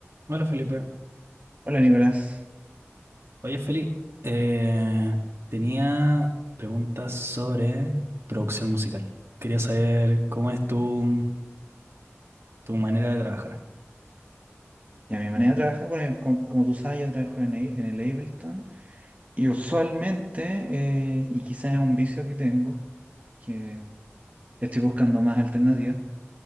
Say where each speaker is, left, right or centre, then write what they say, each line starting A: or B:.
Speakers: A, on the right; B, on the right.
A: Hola Felipe.
B: Hola Nicolás,
A: Oye Felipe, eh, tenía preguntas sobre producción musical. Quería saber cómo es tu, tu manera de trabajar.
B: y a mi manera de trabajar, bueno, yo, como, como tú sabes, yo trabajo en, el- en el Ableton y usualmente, eh, y quizás es un vicio que tengo, que estoy buscando más alternativas,